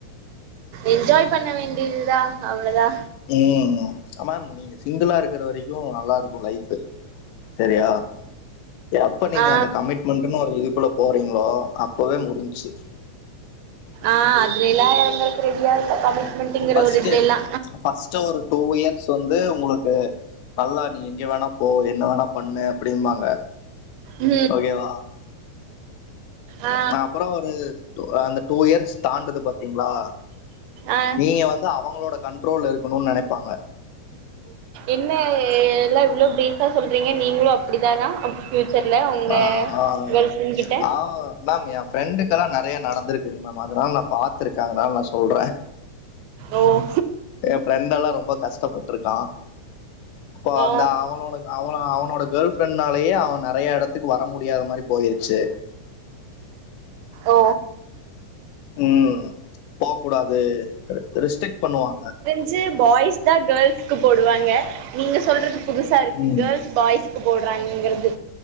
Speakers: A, on the right; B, on the left.
A: என்ஜாய் பண்ண வேண்டியதுதா அவ்வளதா
B: ம் ஆம நீங்க சிங்கிளா இருக்கிற வரைக்கு நல்லா இருக்கும் லைஃப் ஃபு சரியா எப்ப நீங்க
A: ஆ
B: அந்த கமிட்மென்ட் ன்னு ஒரு இதுக்குள்ள போறீங்களோ அப்பவே முடிஞ்ச்சு
A: ஆ அதுலெல்லா எங்களுக்கு ரெடியா இல்ல கமிட்மெண்ட்டுங்குற
B: ஃபர்ஸ்ட்
A: ஒரு இதுலெல்லா
B: ஃபர்ஸ்ட் ஒரு டூ இயர்ஸ் வந்து உங்களுக்கு நல்லா நீ எங்க வேணா போ என்ன வேணா பண்ணு அப்படிம்பாங்க
A: ம்
B: ஓகேவா
A: ஆ
B: அப்பறோ ஒரு அந்த டூ இயர்ஸ் தாண்டுது பாத்தீங்களா
A: ஆ
B: நீங்க வந்து அவங்களோட கண்ட்ரோல்ல இருக்கணு நெனைப்பாங்க
A: என்ன எல்லா இவ்ளோ பிரீஃபா சொல்றீங்க நீங்களு அப்டிதானா ஃபியூச்சர்ல உங்க
B: ஆ ஆ
A: கேர்ள் ஃப்ரெண்ட் கிட்ட
B: ஆ மேம் எ ஃப்ரெண்டுக்கெல்லா நறைய நடந்திருக் செரி மேம் அதனால நா பாத்திருக்க அதனால நா சொல்ற
A: ஓ
B: எ ஃப்ரெண்டெல்லா ரொம்ப கஷ்ட்டப்பட்ருக்கா இப்ப
A: ஆ
B: அந்த அவ ஒனக்கு அவள அவனோட கேள் ஃப்ரெண்ட்னாலேயே அவ நறைய எடத்துக்கு வர முடியாத மாரி போயிருச்சு
A: ஓ
B: ம் போ கூடாது ரிஸ்டெக்ட் பண்ணுவாங்க
A: ச்சி பாய்ஸ் தா கேர்ள்ஸ்க்கு போடுவாங்க நீங்க சொல்றது புதுசா இருக்கு
B: ம்
A: கேர்ள்ஸ் பாய்ஸ்க்கு போடுறாங்கங்கிறது